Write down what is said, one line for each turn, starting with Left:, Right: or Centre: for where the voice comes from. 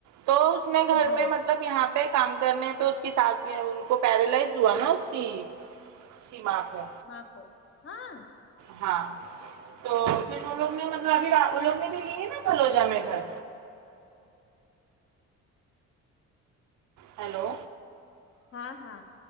Right: تو اس نے
Left: ہاں
Right: گھر میں مطلب یہاں پہ کام کرنے تو اس کی ساس بھی ان کو پیرالائز ہوا نا اس کی اسکی ماں کو
Left: ماں کو ہاں
Right: ہاں تو پھر وہ لوگ نے مطلب ابھی وہ لوگ نے بھی لی ہے نا فلوجہ میں گھر ہیلو
Left: ہاں ہاں